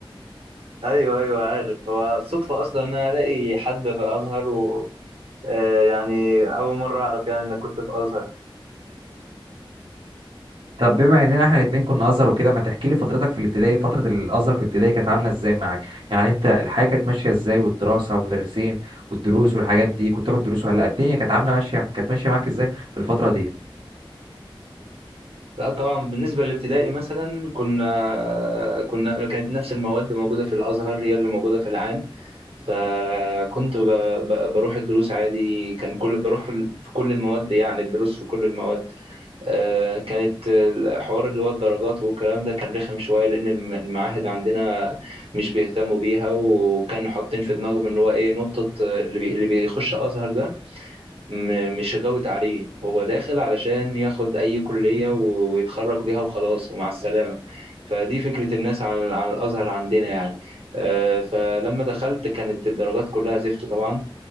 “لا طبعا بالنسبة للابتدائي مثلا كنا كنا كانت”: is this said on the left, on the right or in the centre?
Right